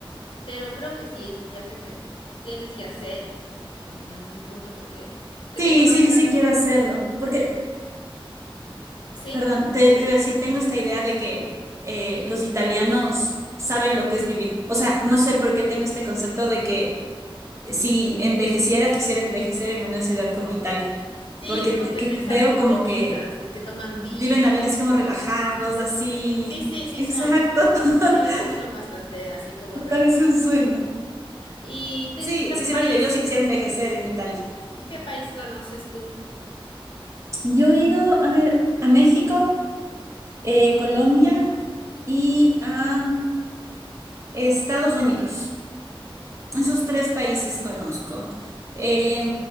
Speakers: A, on the left (about 65°); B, on the right (about 30°).
A: pero creo que sí es un viaje que tienes que hacer eh, en algún punto porque que
B: sí,
A: te conozcas.
B: sí, sí quiero hacerlo, porque,
A: Sí,
B: perdón, te debo decir, tengo esta idea de que eh, los italianos saben lo que es vivir. O sea, no sé por qué tengo este concepto de que si envejeciera, quisiera envejecer en una ciudad como Italia,
A: sí,
B: porque te-
A: ponte
B: que
A: en esas
B: veo
A: pequeñitas
B: como que
A: que toman vino.
B: viven la vida así como relajados, así.
A: Sí, sí, sí, sí
B: Exacto.
A: son,
B: <laughs>
A: sí, sí son bastante así como relajadas.
B: Parece un sueño.
A: ¿Y te-
B: Sí,
A: qué
B: sí,
A: país,
B: siempre digo, yo sí quisiera envejecer en Italia.
A: y qué país conoces tú?
B: Yo he ido, a ver, a México, eh, Colombia y a Estados Unidos. Esos tres países conozco. Eh,